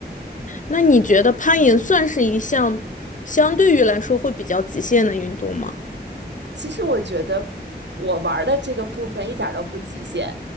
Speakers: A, on the left; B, on the right.
A: 那你觉得攀岩算是一项相对于来说会比较极限的运动吗？
B: 其实我觉得我玩儿的这个部分一点儿都不极限，